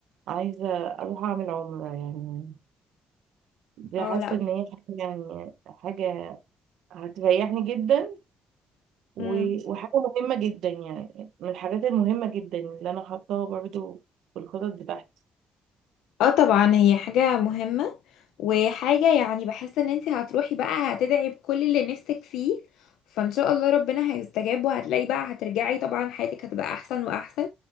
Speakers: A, on the right; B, on the left.
A: عايزه اروح اعمل عمرة يعني دي
B: اه
A: حاسه
B: لا
A: ان هي حاجه يعني حاجه هتريحني جدا و-
B: مم.
A: وحاجه مهمه جدا يعني من الحاجات المهمه جدا اللي انا حطاها برضو في الخطط بتاعتي
B: اه طبعا هي حاجة مهمة وحاجة يعني بحس ان انت هتروحي بقى هتدعي بكل اللي نفسك فيه فان شاء الله ربنا هيستجاب وهتلاقي بقى هترجعي طبعا حياتك هتبقى احسن واحسن